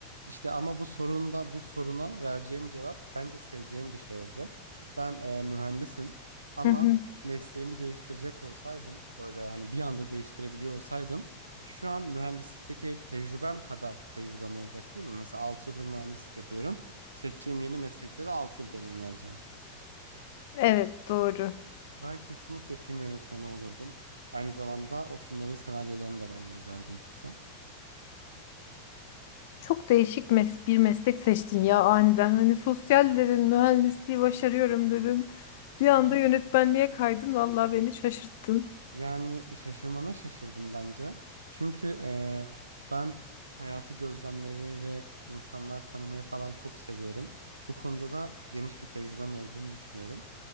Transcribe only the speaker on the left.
Hı hı.
Evet doğru.
Çok değişik mes bir meslek seçtin ya aniden. Hani sosyal dedin, mühendisliği başarıyorum dedin. Bir anda
yönetmenliğe kaydın. Vallahi beni şaşırttın.